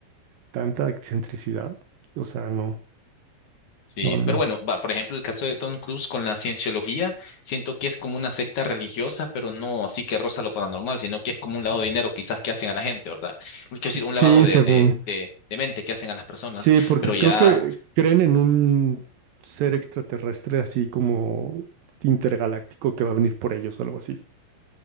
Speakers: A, on the right; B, on the left.
A: tanta excentricidad. O sea, no,
B: Sí,
A: no, no.
B: pero
A: no.
B: bueno, va, por ejemplo, el caso de Tom Cruise con la cienciología, siento que es como una secta religiosa, pero no así que roza lo paranormal, sino que es como un lavado de dinero quizás que hacen a la gente, ¿verdad? Quiero decir, un lavado
A: Sí,
B: de,
A: según.
B: de, de, de mente que hacen a las personas,
A: Sí, porque
B: pero ya.
A: creo que creen en un ser extraterrestre así como intergaláctico que va a venir por ellos o algo así.